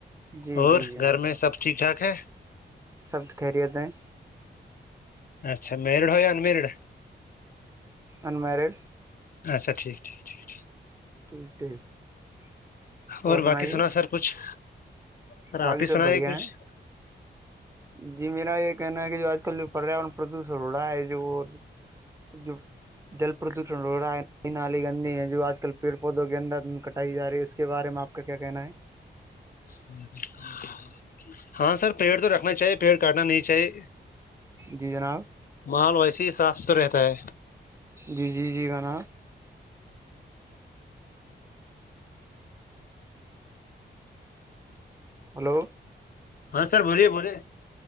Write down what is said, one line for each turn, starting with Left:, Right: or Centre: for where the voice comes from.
Right: جی
Left: اور
Right: جی جناب
Left: گھر میں سب ٹھیک ٹھاک ہے
Right: سب خیریتیں
Left: اچھا میرڈ ہو یا انمیرڈ
Right: انمیرڈ
Left: اچا ٹھیک ٹھیک ٹھیک
Right: <unintelligible>
Left: اور
Right: سنائیے
Left: باقی سنا سر کچھ سر
Right: باقی
Left: آپ ہی
Right: سب
Left: سنا یہ
Right: بڑھیا
Left: کچھ
Right: ہیں جی میرا یہ کہنا ہے کہ جو آج کل جو پریاورن پردوشن ہو رہا ہے جو وہ جوب جل پردوشن ہو رہا ہے نئی نالی گندی ہے جو آج کل پیڑ پودوں کے اندر کٹائی جا رہی ہے اس کے بارے میں آپ کیا کہ ن ہے
Left: اہ جیسے کہ ہاں سر پیڑ تو رکھنا چاہیے پیڑ کاٹنا نہیں چاہیے
Right: جی جناب
Left: ماحول ویسے ہی صاف ستھرا رہتا ہے
Right: جی جی جی گانا ہلو
Left: ہاں سر بولیے بولیے